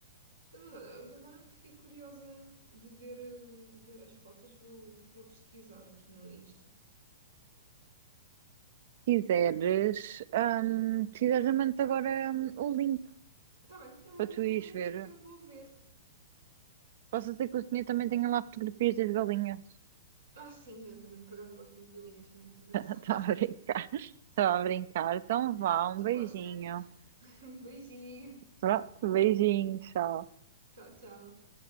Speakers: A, on the right; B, on the right.
A: Então, mas olha, eu agora que fiquei curiosa de ver, eh, ver as fotos, vou, vou pesquisar aqui no Insta.
B: quiseres, hum, se quiseres, eu mando-te agora hum, o link
A: Tá bem, então manda-me
B: para tu ires
A: o link
B: ver.
A: que eu vou ver.
B: Posso dizer que o senhor também tem lá fotografias das galinhas.
A: Ah, sim, eu também, por acaso, eu gosto muito de linhas, são muito engraçadas.
B: <laughs> Estava a brincar. Estava a brincar. Então vá,
A: <laughs>
B: um
A: Estou
B: beijinho.
A: a falar sério. <laughs> Beijinho.
B: Ah, Beijinho, tchau.
A: Tchau, tchau.